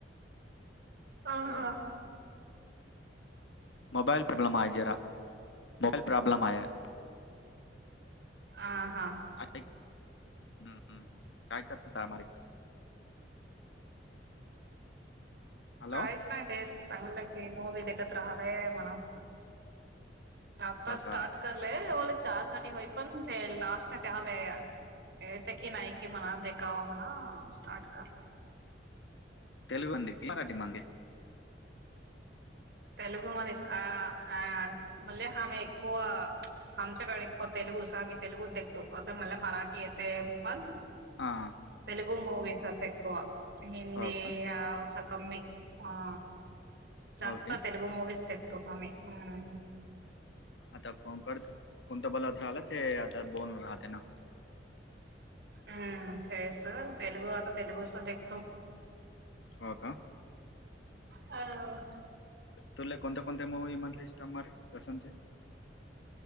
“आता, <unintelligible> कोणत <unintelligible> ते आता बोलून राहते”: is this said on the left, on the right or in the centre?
Left